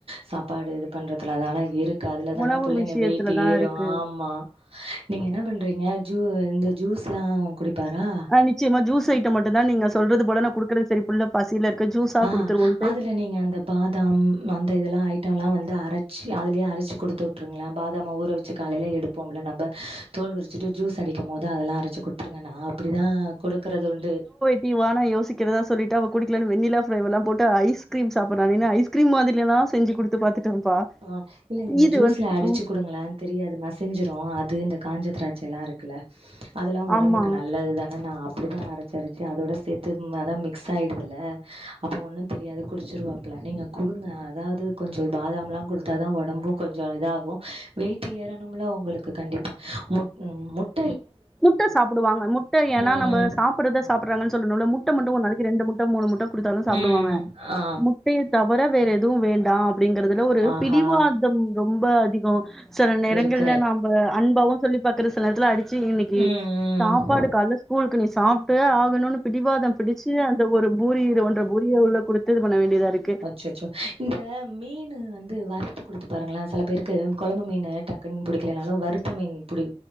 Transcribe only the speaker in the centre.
உணவு
விஷயத்துலதா
இருக்கு
ஆ நிச்சயமா ஜூஸ் ஐட்டம் மட்டுந்தா நீங்க சொல்றது போல நா குடுக்குறது சரி புள்ள பசியில இருக்கு ஜூஸா
குடுத்துருவோன்ட்டு
நீ வா நா யோசிக்கிறதா சொல்லிட்டு அவ குடிக்கலனு வெண்ணிலா ஃபிளேவர்ல்லா போட்டு ஐஸ்கிரீம் சாப்புறான்னேன்னு ஐஸ்கிரீம் மாதிரியெல்லா செஞ்சு குடுத் து பாத்துட்டோம்ப்பா
இது
வந்து
ம்
ஆமா
முட்ட சாப்டுவாங்க முட்ட ஏன்னா
நம்ப சாப்பறத சாப்புறாங்கன் சொல்லனோல முட் ட மட்டு ஒர் நாளைக்கு ரெண்டு முட்ட மூனு முட்ட குடுத்தாலு சாப்டுவாங்க
முட்டயத் தவர வேற எதுவு வேண்டா அப்டிங்கறதுல ஒரு
பிடிவாதம் ரொம்ப அதிகோ செல நேரங்கள்ல
ந ம்ப அன்பாவு சொல்லி பாக்கறது சில நேரத்துல அடிச்சி இன்னிக்கி
சாப்பாடு
கால்ல கூல்க்கு நீ சாப்ட்டே ஆகணுன்னு பிடிவாதம் பிடிச்சி இந்த ஒரு பூரி இது ஒன்ற பூரிய உள்ள குடுத்து இது பண்ண வேண்டியதா இருக்